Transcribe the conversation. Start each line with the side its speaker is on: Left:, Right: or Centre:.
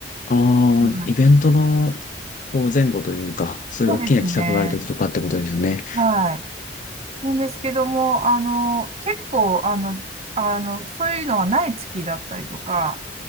Left: あ
Right: うん、
Left: あ、イベントのこう前後というか、そういう大きな企画があるときとかってことですよね。
Right: そうですね。はい。なんですけども、あの、結構、あの、あの、そういうのがない月だったりとか、